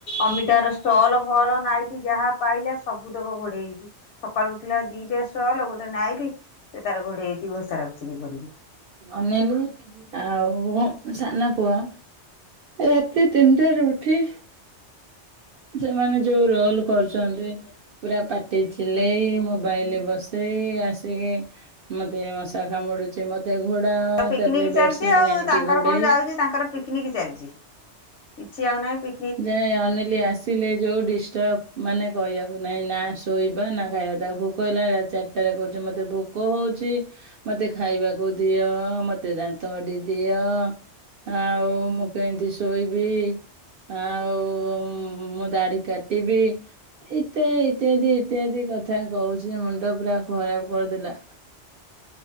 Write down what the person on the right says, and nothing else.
ଅନେଇଲୁ ଆଉ ସାନା ପୁଅ ରା ତି ତିନିଟା ରୁ ଉଠି ସେମାନେ ଯୋଉ ରୋଲ କରୁଚନ୍ତି। ପୁରା ପାଟି ଚିଲେଇ ମୋବାଇଲି ବସେଇ ଆସିକି ମତେ ମଶା କାମୁଡୁଚି ମତେ ଘୋଡାଅ
ତାପରେ
ବେଡସିଡ୍
ଆଣିକି
ଘୋଡେଇ
ଯାଏ ଅନିଲି ଆସ ଥିନେ ଯୋଉ ଡିଷ୍ଟର୍ବ ମାନେ କହିବାକୁ ନାଇଁ ନା ଶୋଇବା ନା ଖାଇବା ତାକୁ ଭୋକ ହେଲା ରାତି ଚାରି ଟା କହୁଚି ମତେ ଭୋକ ହଉଚି। ମତେ ଖାଇବାକୁ ଦିଅ ମତେ ଦାନ୍ତ କାଠି ଦିଅ। ଆଉ ମୁଁ କେମିତି ଶୋଇବି? ଆଉ ମ ଦାଢ କାଟିବି ଇତ୍ୟାଇ ଇତ୍ୟାଦି ଇତ୍ୟାଦି କଥା କହୁଚି ମୁଣ୍ଡପୁରା ଖରାପ କରିଦେଲା।